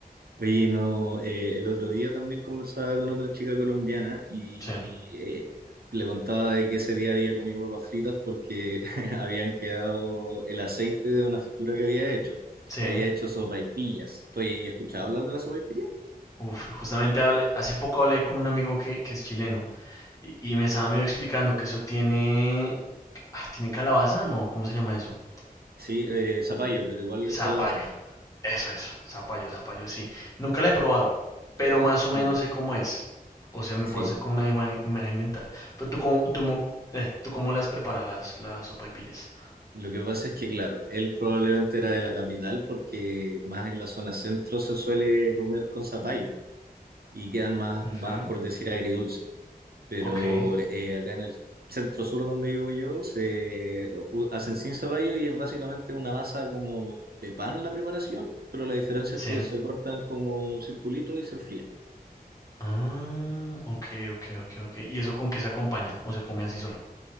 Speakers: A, on the right; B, on the left.
A: oye, no, eh, el otro día también conversaba con otra chica colombiana y
B: Sí,
A: eh, le contaba de que ese día había comido papas fritas porque <laughs> habían quedado el aceite de una fritura que había hecho,
B: sí.
A: que había hecho sopaipillas. ¿Tú has escuchado hablar de la sopaipilla?
B: Uf, justamente hablé- hace poco hablé con un amigo que, que es chileno y, y me estaba medio explicando que eso tiene... Ah, ¿tiene calabaza? No, ¿cómo se llama eso?
A: Sí, eh, zapallo, pero igual
B: Zapallo.
A: es calabaza al final.
B: Eso, eso. Zapallo, zapallo, sí. Nunca la he probado, pero más o menos
A: Ya.
B: sé cómo es. O sea, me
A: Sí.
B: puedo hacer como una ima- imagen mental. Pero tú cómo, tú, mo- eh, ¿tú cómo las preparas las, las sopaipillas.
A: Lo que pasa es que, claro, él probablemente era de la capital porque más en la zona centro se suele comer con zapallo y quedan más,
B: Ujú,
A: más por decir, agridulces. Pero
B: Ok,
A: eh, acá en el centro sur donde vivo yo se u- hacen sin zapallo y es básicamente una masa como de pan la preparación, pero la diferencia
B: sí.
A: es que se cortan como circulitos y se fríen.
B: Ah, ok, ok, ok, ok. ¿Y eso con qué se acompaña? ¿O se come así solo?